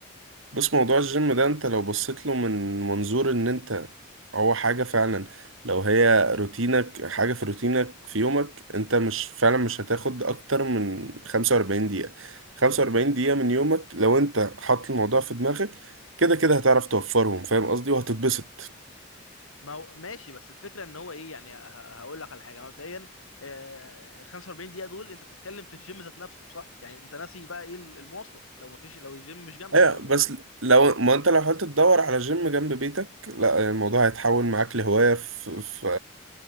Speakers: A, on the right (about 70°); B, on the left (about 80°).
A: بص موضوع الجيم ده انت لو بصيت له من منظور ان انت هو حاجة فعلا لو هي روتينك حاجة في روتينك في يومك انت مش فعلا مش هتاخد اكتر من 45 دقيقة 45 دقيقة من يومك لو انت حاطط الموضوع في دماغك كده كده هتعرف توفرهم فاهم قصدي وهتتبسط
B: ما هو ماشي بس الفكره ان هو ايه يعني ه- هقول لك على حاجه مبدئيا آه، ال 45 دقيقه دول انت بتتكلم في الجيم ذات نفسه صح يعني انت ناسي بقى ايه المواصله لو ما فيش لو الجيم مش جنبك
A: ايوه
B: او ماشي
A: بس لو ما انت لو حاولت تدور على جيم جنب بيتك لا الموضوع هيتحول معاك لهواية في, في